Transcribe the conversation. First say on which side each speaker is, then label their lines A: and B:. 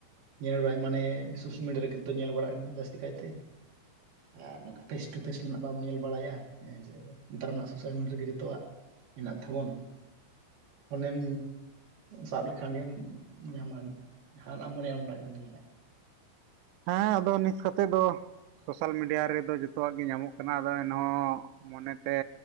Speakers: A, on the right; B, on the right.
A: ᱧᱮᱞ ᱵᱟᱲᱟᱭ ᱢᱟᱱᱮ ᱥᱳᱥᱟᱞ ᱢᱤᱰᱤᱭᱟ ᱨᱮ ᱜᱮ ᱛᱚ ᱧᱮᱞ ᱵᱟᱲᱟᱜ ᱡᱟᱹᱥᱛᱤ ᱠᱟᱭ ᱛᱮ ᱟᱨ ᱱᱚᱝᱠᱟ ᱯᱷᱮᱥ ᱴᱩ ᱯᱷᱮᱥ ᱱᱟᱜᱼᱟ᱾ ᱵᱟᱢ ᱧᱮᱞ ᱵᱟᱲᱟᱭᱟ ᱦᱮᱸ ᱡᱮ ᱱᱮᱛᱟᱨ ᱢᱟᱱᱟᱜ ᱥᱳᱥᱟᱞ ᱢᱤᱰᱤᱭᱟ ᱨᱮ ᱜᱮ ᱡᱚᱛᱚᱣᱟᱜ ᱢᱮᱱᱟᱜ ᱛᱟᱵᱚᱱ ᱯᱷᱚᱱᱮᱢ ᱥᱟᱵ ᱞᱮᱠᱷᱟᱱ ᱜᱮᱢ ᱧᱟᱢᱟ᱾ ᱡᱟᱦᱟ ᱱᱟᱜ ᱢᱚᱱᱮ ᱭᱟ ᱟᱸᱰᱮᱱᱟᱜ ᱮᱢ ᱧᱮᱞ-ᱟ
B: ᱦᱮᱸ ᱟᱫᱚ ᱱᱤᱛ ᱠᱟᱛᱮᱫ ᱫᱚ ᱥᱳᱥᱟᱞ ᱢᱤᱰᱤᱭᱟ ᱨᱮ ᱫᱚ ᱡᱚᱛᱚᱣᱟᱜ ᱜᱮ ᱧᱟᱢᱚᱜ ᱠᱟᱱᱟ ᱟᱫᱚ ᱮᱱ ᱦᱚᱸ ᱢᱚᱱᱮᱛᱮ